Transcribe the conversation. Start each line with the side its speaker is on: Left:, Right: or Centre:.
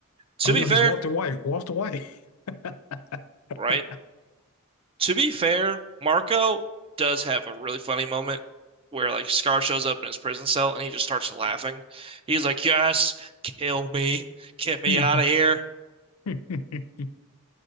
Right: To
Left: Oh
Right: be
Left: no,
Right: fair,
Left: he's Walter White. Walter White. <laughs>
Right: right? To be fair, Marco does have a really funny moment where like Scar shows up in his prison cell and he just starts laughing. He's like, "Yes, kill me, get me
Left: Mhm.
Right: out of here."
Left: <laughs>